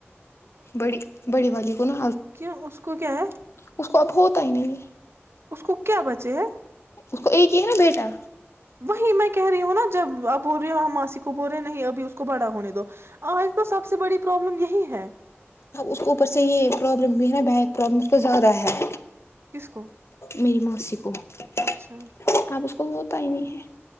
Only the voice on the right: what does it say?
کی اس کو کیا ہے
اس کو کیا بچے ہیں
وہیں میں کہ رہی ہووں نا جب اب بول رہی ہو ماسی کو بول رہے ہیں نہیں ابھی اس کو بڑا ہونے دو آج تو سب سے بڑی پرابلم یہی ہے
کس کو
اچھا